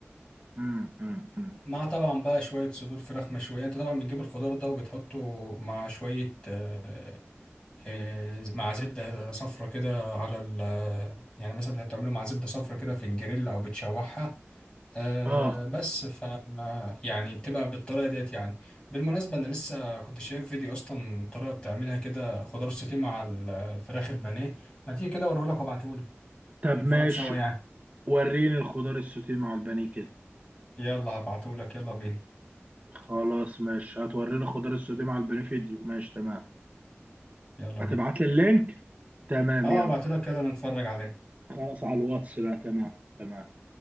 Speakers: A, on the right (about 35°); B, on the left (about 20°).
A: امم امم أمم.
B: مع طبعا بقى شوية صدور فراخ مشوية انت طبعا بتجيب الخضار ده وبتحطه مع شوية آه، آه، مع زبدة صفرة كده على ال يعني مثلا انت بتعمله مع زبدة صفرة كده في الجريل او بتشوحها آه،
A: اه
B: بس ف يعني بتبقى بالطريقة ديت يعني بالمناسبة انا لسه كنت شايف فيديو اصلا طريقة بتعملها كده خضار سوتيه مع ال- الفراخ البانيه ما تيجي كده اوريهولك وابعتهولك
A: طب
B: نتفرج
A: ماشي
B: سوا يعني
A: وريني الخضار السوتيه مع البانيه كده
B: يلا هبعتهولك يلا بينا
A: خلاص ماشي هتوريني الخضار السوتيه مع البانيه فيديو ماشي تمام
B: يلا
A: هتبعت
B: بينا
A: لي اللينك تمام
B: اه
A: يلا
B: هبعتهولك يلا نتفرج عليه
A: خلاص على الواتس بقى تمام تمام